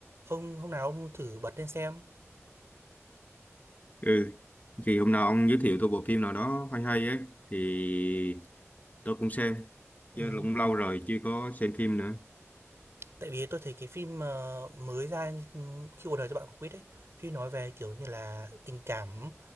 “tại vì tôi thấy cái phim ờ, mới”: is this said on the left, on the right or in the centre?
Right